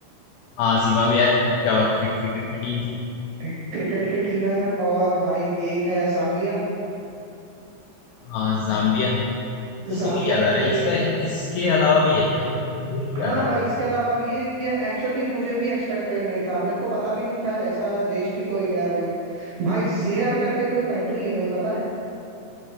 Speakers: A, on the left; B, on the right.
A: हाँ जिम्बाब्वे यार क्रिक, क्रिक, क्रिकेट की टीम थी
B: क्रिकेट की टीम है और भाई एक है जाम्बिया
A: हाँ जाम्बिया तो
B: जाम्बिया
A: दो ही याद आ
B: एक
A: रहे
B: देश
A: हैं इसका
B: है
A: इसके अलावा भी है क्या मुझे तो दो ही
B: हाँ
A: याद आ
B: भाई
A: रहे हैं
B: इसके अलावा भी ये ये एक्चुअली मुझे भी एक्सपेक्टेड नहीं था मेरे को पता भी नहीं था ऐसा देश भी कोई है भाई भाई जेयर करके कोई कंट्री है भाई पता है